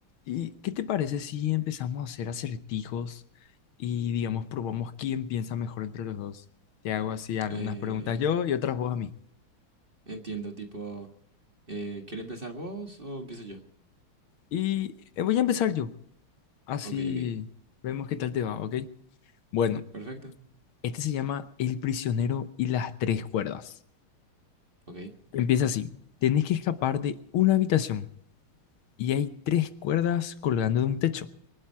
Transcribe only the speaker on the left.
¿Y qué te parece si empezamos a hacer acertijos y, digamos, probamos quién piensa mejor entre los dos? Te hago así algunas
preguntas yo y otras vos a mí.
Y eh, voy a empezar yo, así
vemos qué tal te va, ¿ok? Bueno,
este se llama El prisionero y las tres cuerdas.
Empieza así. Tenés que escapar de una habitación y hay tres cuerdas colgando de un techo.